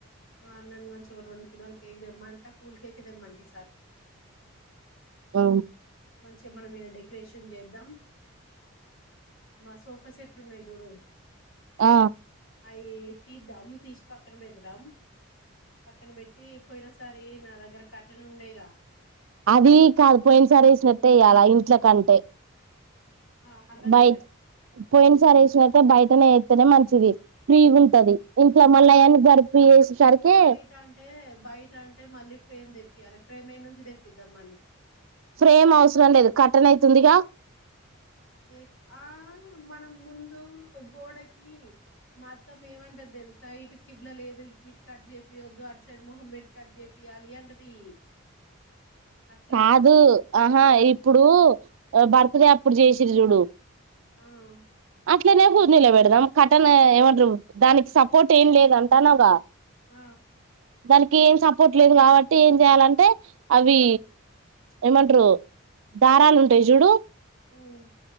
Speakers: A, on the left; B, on the right.
A: మార్నన్ మంచి ఒక రొండు కిలోలు కేక్ దెమ్మంట కూల్ కేకె దెమ్మంట ఈసారి
B: ఆ
A: మంచిగ మనం ఈడ డెకరేషన్ చేద్దాం మా సోఫా సెట్లున్నాయి సూడు
B: ఆ
A: అయ్ తీద్దాం తీసి పక్కన బెడదాం పక్కన పెట్టి పోయిన సారి నా దగ్గర కర్టెన్ న ఉండేగా
B: అది కాదు పోయిన సారి వేసినట్టే వేయ్యాల ఇంట్ల కంటే
A: ఆ అర్ధం
B: బయ
A: కాలే
B: పోయిన సారి వేసినట్టే బయటనే నే మంచిది ఫ్రీగ ఉంటది ఇంట్లో మళ్ళ
A: బయ
B: అయన్ని జరిపి వేసేసరికి
A: బయట అంటే బయట అంటే మళ్ళీ ఫ్రేమ్ తె పియాలి ఫ్రేమ్ ఏడ నుంచి తెప్పిదాం మళ్ళీ
B: ఫ్రేమ్ అవసరం లేదు కర్టైన్ అయితే ఉందిగా
A: కేక్ ఆ మనం ముందు గోడకి మా అత్తమ్మ ఏమంటది తెలుసా ఇటు కిబ్ల లేదు ఇటు కట్ చేపియొద్దు అటు సైడ్ మొహం పెట్టి కట్ చేపియాలి అంటది అట్లా
B: కాదు ఆహా
A: ఆ
B: ఇప్పుడు బర్త్డే అప్పుడు చేసిరి చూడు
A: ఆ హ్
B: అట్లనే కుంది లొ పెడదాం కర్టైన్ ఏమంటరు దానికి సపోర్ట్ ఏం లేద అంటానవ్ గ
A: ఆ
B: దానికి ఏం సపోర్ట్ లేదు కాబట్టి ఏం చెయాలంటే అవి ఏమంటరు దారాలు ఉంటాయి చూడు
A: ఉమ్